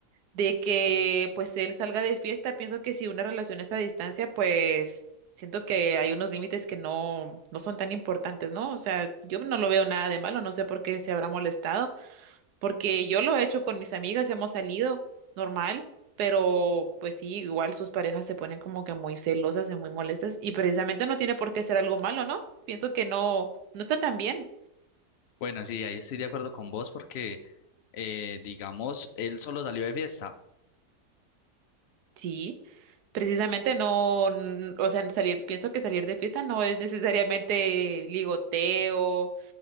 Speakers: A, on the right; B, on the left.
A: de que pues él salga de fiesta, pienso que si una relación está a distancia, pues siento que hay unos límites que no, no son tan importantes, ¿no? O sea, yo no lo veo nada de malo, no sé por qué se habrá molestado, porque yo lo he hecho con mis amigas, hemos salido normal, pero pues sí, igual sus parejas se ponen como que muy celosas y muy molestas y precisamente no tiene por qué ser algo malo, ¿no? Pienso que no, no está tan bien.
B: Bueno, sí, ahí estoy de acuerdo con vos porque, eh, digamos, él solo salió de fiesta.
A: Sí. Precisamente no, n- o sea, salir, pienso que salir de fiesta no es necesariamente ligoteo.